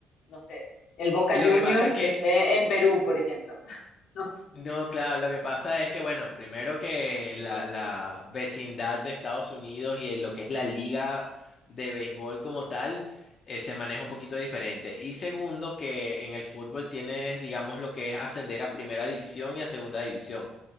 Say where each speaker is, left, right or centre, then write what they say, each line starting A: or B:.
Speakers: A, on the left (about 80°); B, on the left (about 45°).
A: no sé, el Boca
B: Lo
A: Juniors
B: que pasa es que,
A: esté en Perú, por ejemplo. <laughs> No sé.
B: no, claro, lo que pasa es que, bueno, primero que la, la vecindad de Estados Unidos y en lo que es la liga de béisbol como tal, eh, se maneja un poquito diferente. Y segundo, que en el fútbol tienes, digamos, lo que es ascender a primera división y a segunda división.